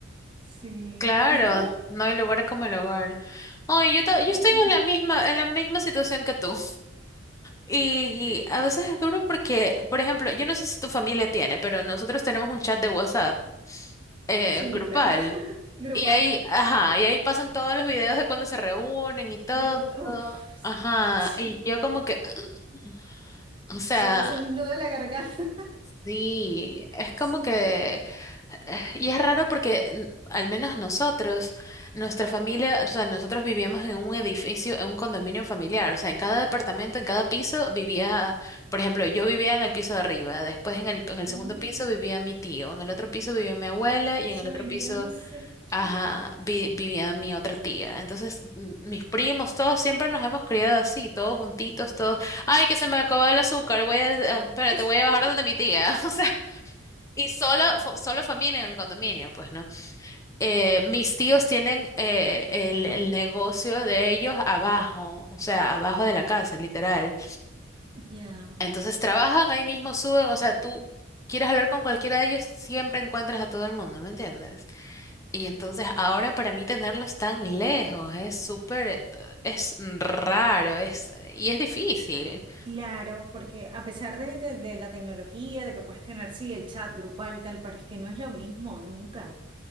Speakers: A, on the right; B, on the left.
A: Sí.
B: Claro,
A: ¿Y tú?
B: no hay lugar como el hogar. Oye, yo, ta- yo
A: Mm,
B: estoy en la misma, en la misma situación que tú. Y, y a veces es duro porque, por ejemplo, yo no sé si tu familia tiene, pero nosotros tenemos un chat de WhatsApp eh,
A: Sí,
B: grupal.
A: claro. <laughs> Grupal,
B: Y ahí,
A: sí.
B: ajá, y ahí pasan todos los videos de cuando se reúnen y todo.
A: De con- Uf,
B: Ajá,
A: sí.
B: y yo como que, <clears throat> o sea,
A: Se te hace un nudo en la garganta. <laughs>
B: sí, es
A: Sí.
B: como que, eh, y es raro porque n- al menos nosotros, nuestra familia, o sea, nosotros vivíamos en un edificio, en un condominio familiar, o sea, en cada departamento, en cada piso vivía, por ejemplo, yo vivía en el piso de arriba, después en el, en el segundo
A: Mm,
B: piso vivía mi tío, en el otro piso vivía mi abuela y
A: Se
B: en el otro
A: me
B: piso
A: envía muy cerquita.
B: Ajá, vi- vivía mi otra tía. Entonces, m- mis primos, todos siempre nos hemos criado así, todos juntitos, todos. Ay, que se me acabó el azúcar, voy a, ah, espérate,
A: Es-
B: voy
A: <laughs>
B: a bajar donde mi tía. <laughs> O sea, y solo, fo- solo familia en el condominio, pues, ¿no? Eh, mis tíos tienen eh, el, el negocio de ellos abajo, o sea, abajo de la casa, literal.
A: Ya.
B: Entonces, trabajan ahí mismo, suben, o sea, tú quieres hablar con cualquiera de ellos, siempre encuentras a todo el mundo, ¿me entiendes? Y entonces ahora para mí tenerlos tan lejos es súper, es raro, es, y es difícil,
A: Claro, porque a pesar de, de- de la tecnología, de que puedes tener, sí, el chat grupal y tal, pero es que no es lo mismo nunca.